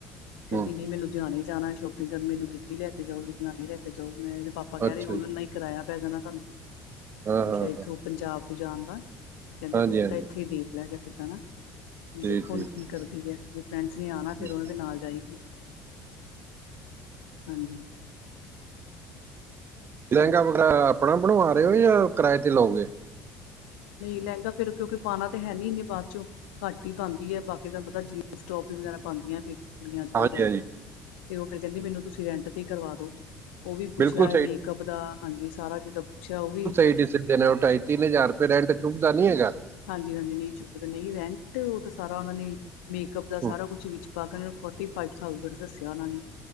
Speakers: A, on the left; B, on the right.
A: ਕਹਿੰਦੀ
B: ਹੂੰ,
A: ਨਹੀਂ ਮੈਂ ਲੁਧਿਆਣੇ ਜਾਣਾ ਸ਼ੋਪਿੰਗ ਕਰਨ ਮੈਨੂੰ ਦਿੱਲੀ ਲੈ ਜਾਓ, ਲੁੱਧਿਆਣੇ ਧਿਆਣੇ ਲੈ ਕੇ ਜਾਓ ਮੈਂ ਉਦੇ ਪਾਪਾ ਕਹਿ
B: ਅੱਛਾ
A: ਰਹੇ ਹੋ
B: ਜੀ।
A: ਉਹ ਵੀ ਉਹਨਾਂ ਹੀ ਕਿਰਾਇਆ ਪੈ ਜਾਣਾ, ਸਾਨੂੰ
B: ਹਾਂ,
A: ਮਤਲਬ
B: ਹਾਂ,
A: ਇੱਥੋਂ
B: ਹਾਂ।
A: ਪੰਜਾਬ ਤੋਂ ਜਾਣ ਦਾ ਕਹਿੰਦੇ
B: ਹਾਂਜੀ,
A: ਤੂੰ
B: ਹਾਂਜੀ।
A: ਇੱਥੇ ਦੇਖ ਲਿਆ ਜਾਂ ਕਿੱਦਾਂ ਨਾ਼
B: ਠੀਕ,
A: ਦੇਖੋ
B: ਠੀਕ,
A: ਹੁਣ ਕੀ ਕਰਦੀ ਹੈ, ਫਰੈਂਡਸ ਨੇ ਆਣਾ
B: ਠੀਕ।
A: ਫਿਰ ਉਹਨਾਂ ਦੇ ਨਾਲ ਜਾਏਗੀ। ਹਾਂਜੀ।
B: ਲਹਿੰਗਾ-ਵਗੈਰਾ ਆਪਣਾ ਬਣਵਾ ਰਹੇ ਹੋ, ਜਾਂ ਕਿਰਾਏ ਤੇ ਲਓਗੇ।
A: ਨਹੀਂ, ਲਹਿੰਗਾ ਫੇਰ ਕਿਉਂਕਿ ਪਾਣਾ ਤੇ ਹੈਨੀ ਇਨੇ ਬਾਅਦ ਚੋਂ। ਘੱਟ ਹੀ ਪਾਦੀ ਹੈ, ਬਾਕੀ ਤੈਨੂੰ ਪਤਾ ਜੀਨਸ ਟੋਪ ਹੀ ਵਗੈਰਾ ਪਾਉਦੀਆਂ। ਕੁੜੀਆਂ ਅੱਜ-ਕੱਲ
B: ਹਾਂਜੀ,
A: ਜ਼ਿਆਦਾ
B: ਹਾਂਜੀ।
A: ਤੇ ਉਹ ਫਿਰ ਕਹਿੰਦੀ ਮੈਨੂੰ ਤੁਸੀਂ ਰੈਂਟ ਤੇ ਹੀ ਕਰਵਾ ਦੋ। ਉਹ ਵੀ ਪੁੱਛਿਆ
B: ਬਿਲਕੁਲ ਸਹੀ,
A: ਮੇਕਅਪ ਦਾ ਹਾਂਜੀ, ਸਾਰਾ ਜਿੱਦਾਂ ਪੁੱਛਿਆ ਉਹ ਵੀ
B: ਸੀ ਜਨ ਉਹ ਟਾਈ ਤਿੰਨ ਹਜ਼ਾਰ ਰੁਪਏ ਰੈਂਟ ਚੁੱਭਦਾ ਨੀ ਹੈਗਾ।
A: ਹਾਂਜੀ-ਹਾਂਜੀ, ਨਹੀਂ ਚੁੱਪ ਤਾਂ ਨਹੀਂ ਰਹਿਣ ਉਹ ਤਾਂ ਸ ਉਹ ਨੇ ਮੇਕਅਪ
B: ਹੂੰ,
A: ਦਾ ਸਾਰਾ ਕੁਛ ਵਿੱਚ ਪਾ ਕੇ ਫੋਰਟੀ ਫਵਥਡ ਦੱਸਿਆ ਉਹਨਾਂ ਨੇ